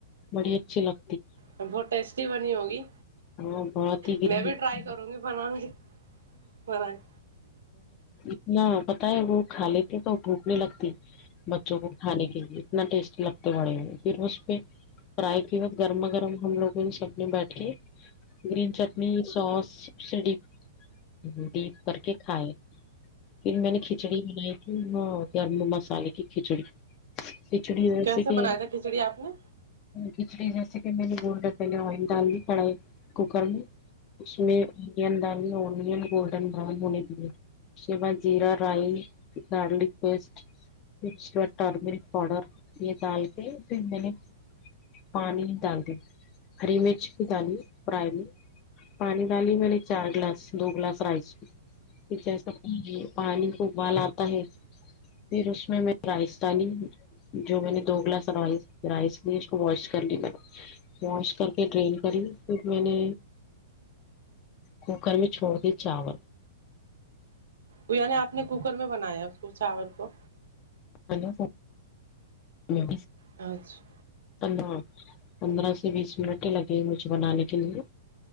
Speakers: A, on the left; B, on the right.
A: بڑے اچھی لگ
B: اور بہت ٹیسٹی بنی ہوگی
A: ہاں بہت ہی گرین
B: میں بھی ٹرائی کروں گی بنانے کی پائ <unintelligible>
A: اتنا پتا ہے وہ کھا لیتے تو بھوک نہیں لگتی بچوں کو کھانے کے لیے اتنا ٹیسٹی لگتے واڑے ہو پھر اس پہ فرائی کے بعد گرما گرم ہم لوگوں نے سب نے بیٹھ کے گرین چٹنی سوس سب سے ڈیپ کر کے کھائے پھر میں نے کھچڑی بنائی تھی ہاں گرم مسالے کی کھچڑی کچھڑی ویسے
B: کیسے
A: ہی
B: بنایا
A: نا
B: تھا
A: کے
B: کھچڑی آپ نے
A: کھچڑی جیسے کہ میں نے گولڈن پہلے آئل ڈال دی کڑھائی کوکر میں اس میں انیوں دال لیا انیوں گولڈن براؤن ہونے دیے اسکے بعد جیرا رائی گارلک پیسٹ پھر اس ٹرمیرک پاؤڈر یہ ڈال کے پھر میں نے پانی ہی ڈالی ہری مرچ کی دالی پرائلی پانی ڈالی میں نے چار گلاس دو گلاس رائس کہ جسا پانی پانی کو اوبال آتا ہے پھر اس میں میں رائس ڈالی جو میں نے دو گلاس رائ رائس لی اس کو واش کر لی میں نے واش کر کے ڈرین کری پھر میں نے کوکر میں چھوڑ دی چاول
B: یعنی آپ نے کوکر میں بنایا اس کو چاول کو
A: ہلو <inaudible>
B: آج
A: پندرہ پندرہ سے بیس منٹ لگے مجھے بنانے کے لیے